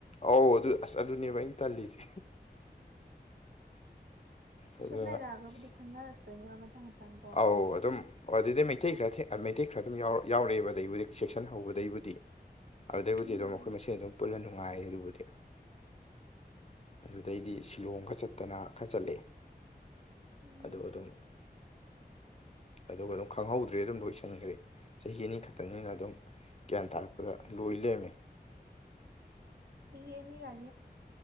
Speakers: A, on the left; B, on the right.
A: ꯑꯧ ꯑꯗꯨ ꯑꯁ ꯑꯗꯨꯅꯦꯕ ꯑꯩꯅ ꯇꯜꯂꯤꯁꯦ ꯑꯁ
B: ꯁꯨꯝ
A: ꯑꯗꯨꯅ
B: ꯂꯩꯔꯛꯑꯒꯕꯨꯗꯤ
A: ꯑꯁ
B: ꯈꯪꯅꯔꯛꯇꯣꯏꯅꯦꯕ ꯃꯊꯪ ꯃꯊꯪ ꯀꯣ
A: ꯑꯧ ꯑꯗꯨꯝ ꯑꯣ ꯑꯗꯨꯗꯩ ꯃꯩꯇꯩ ꯈꯔ ꯃꯩꯇꯩ ꯈꯔ ꯑꯗꯨꯝ ꯌꯥꯎꯔꯛꯑꯦꯕ ꯑꯩꯕꯨꯗꯤ ꯁꯦꯛꯁꯟ ꯍꯧꯕꯗꯩꯕꯨꯗꯤ ꯑꯗꯨꯗꯩꯕꯨꯗꯤ
B: ꯎꯝ
A: ꯑꯗꯨꯝ ꯑꯩꯈꯣꯏ ꯃꯦꯟ ꯑꯗꯨꯝ ꯄꯨꯜꯂ ꯅꯨꯡꯉꯥꯏꯔꯦ ꯑꯗꯨꯕꯨꯗꯤ ꯑꯗꯨꯗꯩꯗꯤ ꯁꯤꯂꯣꯡ ꯈ ꯆꯠꯇꯅ ꯈꯔ ꯆꯠꯂꯦ
B: ꯎꯝ
A: ꯑꯗꯨ ꯑꯗꯨꯝ
B: <unintelligible>
A: ꯑꯗꯨꯒ ꯑꯗꯨꯝ ꯈꯪꯍꯧꯗ꯭ꯔꯦ ꯑꯗꯨꯝ ꯂꯣꯏꯁꯤꯟꯈ꯭ꯔꯦ ꯆꯍꯤ ꯑꯅꯤ ꯈꯛꯇꯅꯤꯅ ꯑꯗꯨꯝ ꯒ꯭ꯌꯥꯟ ꯇꯥꯔꯛꯄꯗ ꯂꯣꯏ ꯂꯦꯝꯃꯤ
B: ꯁꯤꯅꯤ ꯀ